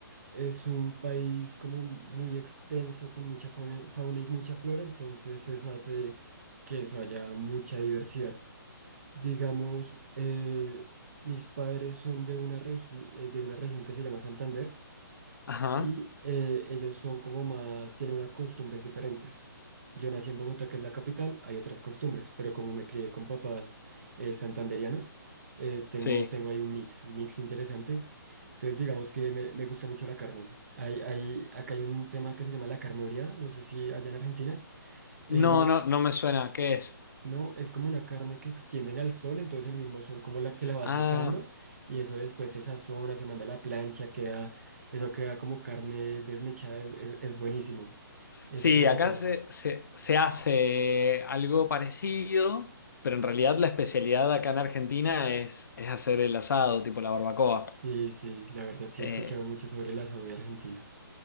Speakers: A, on the right; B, on the left.
A: es un país como muy extenso, con mucha fau- fauna y mucha flora, entonces eso hace que eso haya mucha diversidad. Digamos, eh, mis padres son de una regi- eh, de una región que se llama Santander
B: Ajá,
A: y eh, ellos son como más, tienen unas costumbres diferentes. Yo nací en Bogotá, que es la capital, hay otras costumbres, pero como me crié con papás eh, santanderianos, eh, tengo,
B: sí.
A: tengo ahí un mix, mix interesante. Entonces, digamos que me, me gusta mucho la carne. Hay, hay, acá hay un tema que se llama la carne oreada, no sé si allá en Argentina. eh,
B: No,
A: no,
B: no, no me suena. ¿Qué es?
A: no, es como una carne que extienden al sol, entonces el mismo sol como la que la va
B: Ah,
A: secando y eso después se sazona, se manda a la plancha, queda, eso queda como carne desmechada, es, es- es buenísimo. Eso
B: sí,
A: se sazona.
B: acá se, se, se hace algo parecido, pero en realidad la especialidad acá en Argentina es, es hacer el asado, tipo la barbacoa.
A: Sí, sí, la verdad sí
B: Eh,
A: he escuchado mucho sobre el asado de Argentina.